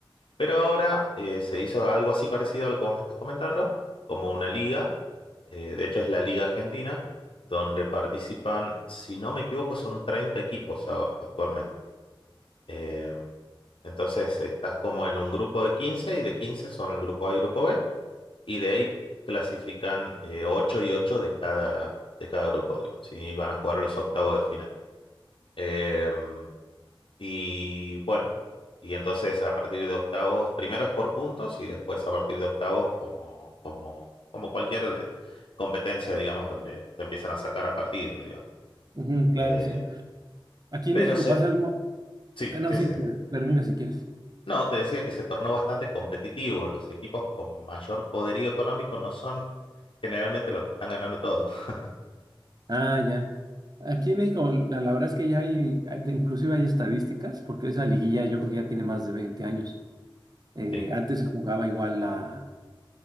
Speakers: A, on the left; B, on the right.
A: Pero ahora eh, se hizo algo así parecido a lo que vos me estás comentando, como una liga, eh, de hecho es la Liga Argentina, donde participan, si no me equivoco, son 30 equipos ahora, actualmente. Em, entonces estás como en un grupo de 15 y de 15 son el grupo A y grupo B y de ahí clasifican eh, 8 y 8 de cada, de cada grupo, digamos, y van a jugar los octavos de final. Em, y bueno, y entonces a partir de octavos, primero es por puntos y después a partir de octavos como, como, como cualquier competencia, digamos, donde te empiezan a sacar a partido, digamos.
B: Ujú, claro,
A: Eh,
B: sí. Aquí
A: pero
B: en México
A: se,
B: pasa algo.
A: sí,
B: Ah, no,
A: sí,
B: sí,
A: sí, sí.
B: te, termina si quieres.
A: No, te decía que se tornó bastante competitivo. Los equipos con mayor poderío económico no son generalmente los que están ganando todo. <laughs>
B: Ah, ya. Aquí en México, la, la verdad es que ya hay, hay- inclusive hay estadísticas, porque esa liguilla yo creo que ya tiene más de 20 años. Eh,
A: Sí,
B: antes se jugaba igual la...